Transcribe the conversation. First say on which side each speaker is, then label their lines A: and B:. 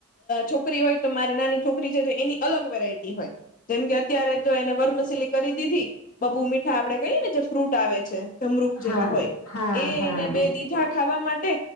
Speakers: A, on the left; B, on the left.
A: છોકરી હોય તો મારી નાની છોકરી છે તો એની અલગ વેરાયટી હોય. જેમ કે અત્યારે જો એને વરમશીલી કરી દીધી બબુ મીઠા આપડે કહીએ ને જે ફ્રૂટ આવે છે. જમરૂખ
B: હા
A: જેવા હોય
B: હા હા
A: એ
B: હા
A: એને બે દીધા ખાવા માટે